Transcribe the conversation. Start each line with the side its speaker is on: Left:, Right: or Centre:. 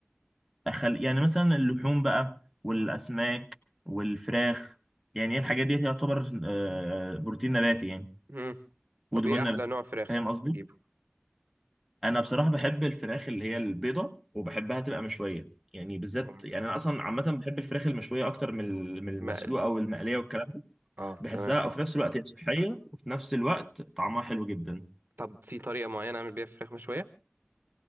Centre: أخل... يعني مثلا اللحوم بقى والأسماك والفراخ يعني هي الحاجات دي تعتبر آه، بروتين نباتي يعني
Right: مم.
Centre: ودهون
Right: طب ايه احلى
Centre: نباتي
Right: نوع فراخ
Centre: فاهم قصدي؟
Right: اجيبه
Centre: أنا بصراحة بحب الفراخ اللي هي البيضة وبحبها تبقى مشوية يعني بالذات
Right: مم.
Centre: يعني أنا أصلا عامة بحب الفراخ المشوية أكتر من ال- من المسلوقة
Right: مقلي
Centre: والمقلية والكلام ده
Right: اه
Centre: بحسها
Right: تمام
Centre: وفي نفس الوقت هي صحية وفي نفس الوقت طعمها حلو جدا
Right: طب في طريقه معينه اعمل بيها فراخ مشويه